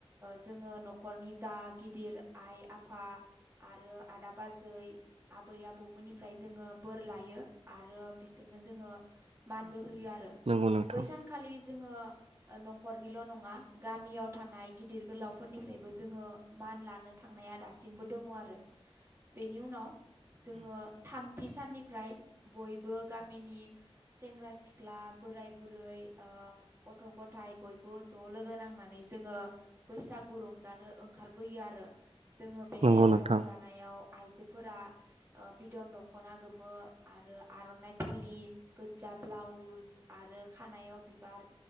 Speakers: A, on the right; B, on the right.
A: जोङो न'खरनि जा गिदिर आइ आफा आरो आदा बाजै आबै आबौमोननिफ्राय जोङो बोर लायो। आरो बिसोरनो जोङो मानबो होयो आरो।
B: नंगौ नोंथां
A: बैसानखालि जोङो न'खरनिल' नङा गामियाव थानाय गिदिर गोलावफोरनिफ्राय बो जोङो मान लानो थांनाया दासिमबो दङ आरो। बेनि उनाव जोङो थामथि साननिफ्राय बयबो गामिनि सेंग्रा सिख्ला बोराय बुरै गथ' ओ गथ' ग' थाय बयबो ज' लोगो नांनानै जोङो बैसागु रंजानो ओंखारबोयो आरो। जोङो बे
B: नंगौ नोंथां
A: रंजानायाव आइजोफोरा बिद'न दख'ना गोमो आरो आर'नाइ फालि गोजा ब्लाउस आरो खानायाव बिबार